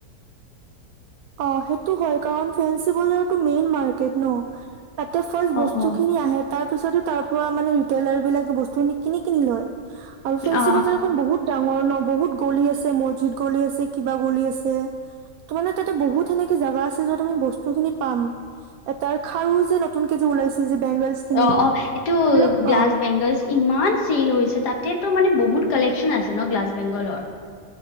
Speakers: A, on the right; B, on the left.
A: অ 'সেইটো হয় কাৰণ ফেচ সেই বজাৰ টু মেইন মাৰকেট ন তাতে ফাষ্ট
B: অ',
A: বস্তু
B: অ', অ'।
A: খিনি আহে তাত। তাৰ পিছতো তাৰ পৰা মানে ৰিটেইলাৰ বিলাকে বস্তু আনি কিনি কিনি লয়। আৰু ফেঞ্চি
B: অ
A: বজাৰখন বহুত ডাঙৰ ন' বহুত গলি আছে মছজিদ গলি আছে কিবা গলি আছে। তো মানে। তাতে বহুত সেনেকে জাগা আছে যত আমি বস্তু খিনি পাম এটাৰ খাৰু। যে নতুনকে যে ওলাইছে যে বেংগলছ খিনি
B: অ -অ এইটো
A: সেইবিলাক
B: গ্লাছ
A: অ
B: বেংগলছ ইমান চিল হৈছে তাতে তো মানে বহুত কালেকশ্যন আছে ন গ্লাছ বেংগলত